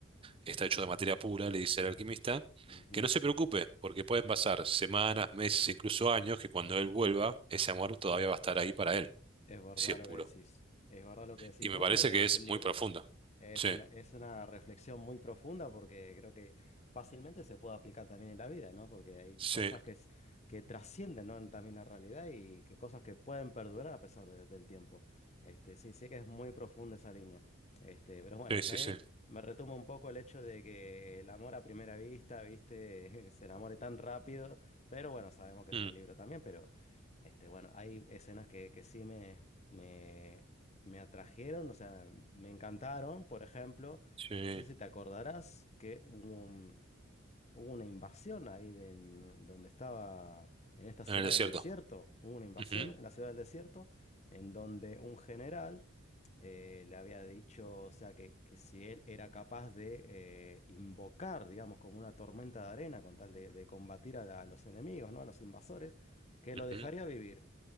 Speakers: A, on the right; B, on the left.
A: está hecho de materia pura, le dice el alquimista,
B: ujú.
A: que no se preocupe, porque pueden pasar semanas, meses, incluso años, que cuando él vuelva, ese amor todavía va a estar ahí para él,
B: Es verdad
A: si es
B: lo
A: puro.
B: que decís. Es verdad lo que decís
A: Y
B: vos
A: me parece
B: y lo que
A: que
B: dice
A: es
B: el libro.
A: muy profundo.
B: Es
A: Sí,
B: una, es una reflexión muy profunda porque creo que fácilmente se puede aplicar también en la vida, ¿no? Porque hay
A: sí,
B: cosas que, es- que trascienden, ¿no? en también la realidad y que cosas que pueden perdurar a pesar de- del tiempo. Este, sí, sé que es muy profunda esa línea. Este, pero bueno,
A: sí,
B: también
A: sí, sí.
B: me retoma un poco el hecho de que el amor a primera vista, ¿viste? <laughs> Se enamore tan rápido. Pero bueno, sabemos que es
A: Mm,
B: un libro también, pero este, bueno, hay escenas que, que sí me, me me atrajeron, o sea, me encantaron, por ejemplo,
A: sí, en
B: no sé si te acordarás que hubo, un- hubo una invasión ahí de, en donde estaba, en esta
A: el
B: ciudad
A: desierto.
B: del desierto, hubo una invasión
A: Ujú,
B: en la ciudad del desierto, en donde un general eh, le había dicho, o sea, que, que si él era capaz de eh, invocar, digamos, como una tormenta de arena con tal de, de combatir a, la- a los enemigos, ¿no? A los invasores, que lo
A: ujú.
B: dejaría vivir,